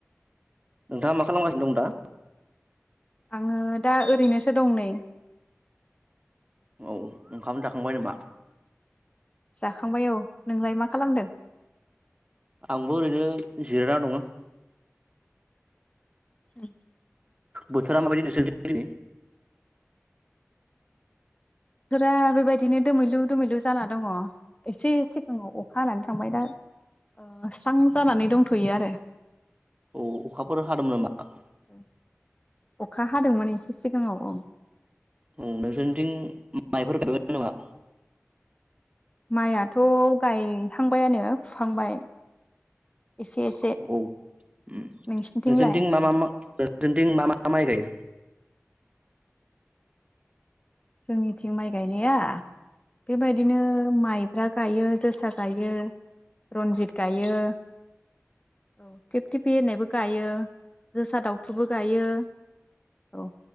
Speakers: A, on the right; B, on the left.
A: नोंथाङा मा खालामगासिनो दं दा?
B: आङो दा ओरैनोसो दं नै।
A: औ। ओंखाम जाखांबाय नामा?
B: जाखांबाय औ। नोंलाय मा खालामदों?
A: आंबो ओरैनो जिरायना दङो।
B: उम।
A: बोथोरा माबायदि नोंसोरनिथिं दिनै?
B: बोथोरा बेबायदिनो दोमैलु दोमैलु जाना दङ। एसे सिगाङाव अखा हानानै थांबाय दा ओ स्रां जानानै दंथ'यो आरो।
A: औ अखाफोर हादों नामा?
B: ओ। अखा हादोंमोन एसे सिगाङाव औ।
A: औ नोंसोरनिथिं माइफोर गायबाय नामा?
B: माइयाथ' गायहांबायानो फुहांबाय। एसे एसे
A: औ उम।
B: नोंसिनिथिंलाय
A: नोंसोरथिं मा मा मा नोंसोरथिं मा मा माइ गायो?
B: जोंनिथिं माइ गायनाया? बेबायदिनो माइ माइब्रा गायो, जोसा गायो, रनजित गायो, औ थिफ थिफि होननायबो गायो, जोसा दावथुबो गायो, औ